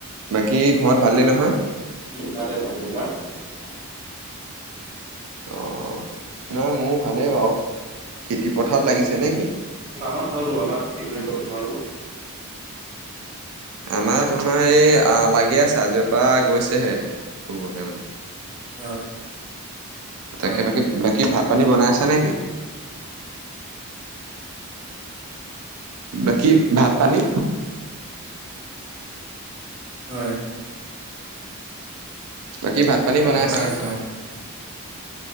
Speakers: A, on the right; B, on the right.
A: বাকী ঘৰত ভালেই নহয়?
B: ভালে ভালে তোমাৰ <unintelligible>
A: অ নহয় মোৰ ভালেই বাৰু, খেতি পথাৰত লাগিছে নে কি?
B: আমাৰ হৈ গ'ল আমাৰ খেতি কৰি হৈ গ'ল তোমালোকৰ
A: আমাৰ তোমাৰ এই লাগি আছে আজিৰ পৰা গৈছেহে ৰুবলৈ মানে
B: অ
A: তাকে
B: অ,
A: বাকী বাকী ভাত পানী বনাই আছ নেকি বাকী ভাত পানী
B: হয়
A: বাকী ভাত পানী
B: উম
A: বনাই আছে নেকি
B: আছো অ